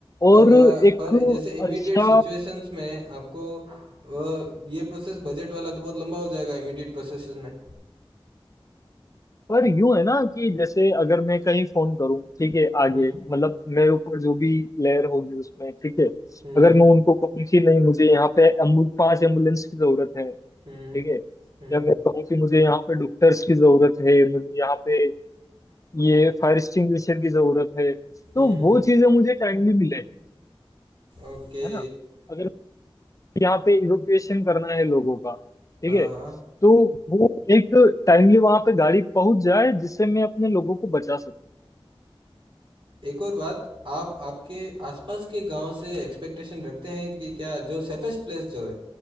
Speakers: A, on the right; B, on the left.
A: पर
B: और
A: अ,
B: एक
A: पर जैसे इमीडिएट
B: अच्छा
A: सिचुएशंस में आपको अ, ये प्रोसेस बजट वाला तो बहुत लंबा हो जाएगा इमीडिएट प्रोसेसेस में
B: पर यूं है ना कि जैसे अगर मैं कहीं फोन करूँ ठीक है आगे
A: हम्म
B: मतलब मेरे ऊपर जो भी लेयर होगी उसमें ठीक है
A: हम्म
B: अगर
A: हम्म
B: मैं उनको कहूँ कि नहीं मुझे यहाँ पे एम्बु, पांच एम्बुलेंस की जरूरत है
A: हम्म
B: ठीक है
A: हम्म
B: या मैं
A: हम्म
B: कहूँ कि मुझे यहाँ पे डॉक्टर्स की जरूरत है मुझे यहाँ पे ये फायर एक्सटिंग्विशर की जरूरत है तो
A: हम्म,
B: वो
A: हम्म,
B: चीजें मुझे टाइमली मिले
A: ओके
B: है ना अगर यहाँ पे इवोक्यूएशन करना है लोगों का ठीक
A: हाँ
B: है
A: हाँ
B: तो वो एक टाइमली वहां पे गाड़ी पहुंच जाए जिससे मैं अपने लोगों को बचा सकूं
A: एक और बात आप आपके आसपास के गांव से एक्सपेक्टेशन रखते हैं कि क्या जो सेफेस्ट प्लेस जो है